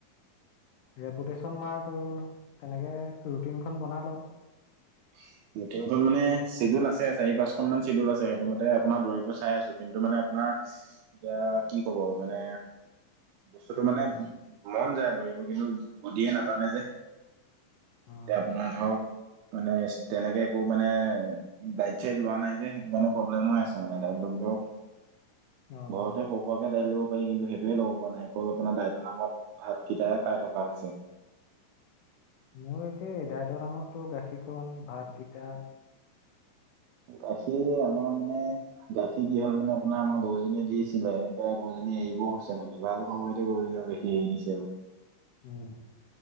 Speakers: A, on the left; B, on the right.
A: ৰেপুটেশ্যন মাৰ তোৰ তেনেকে ৰুটিনখন বনাই ল।
B: <unintelligible> মিটিংখন মানে ছেডুল আছে চাৰি পাঁচখন মান ছেডুল আছে সেইটো মতে আপোনাৰ দৌৰিব চাই আছো কিন্তু মানে আপোনাৰ। এতিয়া কি ক'ব মানে। বস্তুটো
A: উম
B: মানে মন যায় ধৰিব কিন্তু বদিয়ে নাতানে যে।
A: অ
B: এতিয়া আপোনাৰ ধৰক। মানে ইষ্ট তেনেকে একো মানে ডাইট চাইট লোৱা নাই যে সেইটো কাৰণে প্ৰব্লেম হৈ আছে মানে ডাইট লবলে। ত
A: অ
B: ঘৰতে সৰু খোৱা। দাইল ল'ব পাৰি কিন্তু সেইটোয়ে ল'ব পৰা নাই অকল আপোনাৰ দাইতৰ নামত ভাতকেইটাহে খাই থকা হৈছে। <inaudible>
A: মোৰ একেদায়তৰ নামততো গাখীৰখন ভাতকিটা।
B: গাখীৰ আমাৰ মানে গাখীৰ কি হ'ল মানে আপোনাৰ আমাৰ- গৰুজনীয়ে দিছিলে। এতিয়া গৰুজনী এৰিবও হৈছে মানে, ভাল সময়তে গৰুজনীয়ে বেছি এৰি দিছে আৰু।
A: উম।